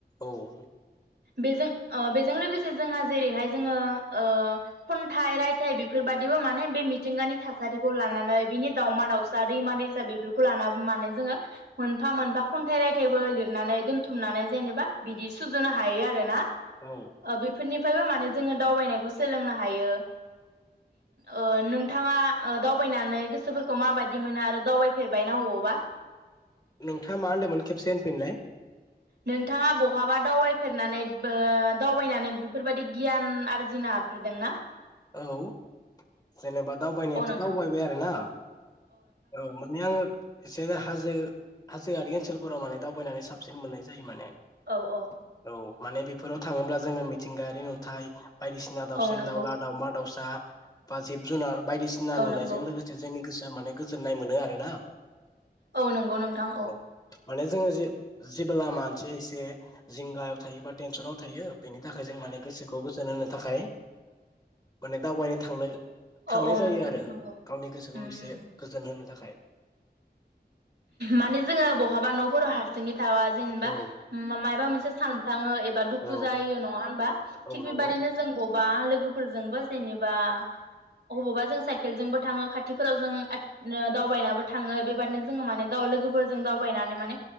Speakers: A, on the left; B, on the right.
A: औ ।
B: बेजों ओ बेजों लोगोसे जोंहा जेरैहाय जोङो ओ खन्थाइ रायथाइ बेफोरबायाददिबो माने बे मिथिंगानि थासारिखौ लानानै बिनि दाउमा दाउसा दैमा दै सा बेफोरखौ लाना माने जोङो मोनफा मोनफा खन्थाइ रायथाइबो लिरनानै दोनथुमनानै जेनेबा बिदि सुजुनो हायो आरोना ।
A: औ
B: ओ बेफोरनि फ्रायबो माने जोंङो दावबायनायखौ सोलोंनो हायो । ओ नोंथाङा ओ दावबायनानै गोसोफोरखौ माबायदि मोनो आरो दावबाय फेरबायना अबावबा?
A: नोंथाङा मा होनदोंमोन खेबसे होनफिनलानाय ।
B: नोंथाङा बहाबा दावबायफेरनानै ओ दावबायनानै बेफोरबायादि गियान आरजिनो हाफेरदोंना?
A: औ । जेनेबा दावबायनायाथ'
B: औ नोंथां
A: दावबायबाय आरो ना औ माने आंङो एसे हाजो हाजोआरि ओनसोल फोराव माने दावबायनानै साबसिन मोननाय जायो माने
B: औ औ ।
A: औ माने बेफोराव थाङोब्ला जोङो मिथिंगायारि नुथाय बायदिसिना दावसिन
B: औ नंगौ
A: दावला दावसा बा जिब जुनार बायदिसिना
B: औ
A: नुनायजों
B: नंगौ
A: लोगोसे जोंनि गोसोआ माने गोजोननाय मोनो आरो ना
B: औ नंगौ नोंथां
A: औ माने जोङो जे जेबो लामा एसे एसे जिंगायाव थायो बा टेनसनाव थायो बेनि थाखाय जों माने गोसोखौ गोजोन होनो थाखाय माने दावबायनो थांनो
B: औ
A: थांनाय
B: औ
A: जायो
B: नंगौ
A: आरो
B: नंगौ
A: गावनि गोसोखौ
B: उम
A: एसे
B: उम
A: गोजोन होनो थाखाय
B: माने जोङो बहाबा न'फोर' हारसिङै थाबा जेनेबा
A: औ
B: मा मायबा मोनसे सान थांङो एबा दुखु
A: औ
B: जायो नङा होनबा? थिग
A: औ नंगौ
B: बेबायदिनो जों अबबा लोगोफोरजोंबो जेनेबा अबावबा जों साइकेलजोंबो थाङो खाथिफोराव जों आं दावबायनाबो थाङो बेबादनो जो- ङो माने दा लोगोफोरजों दावबायनानै माने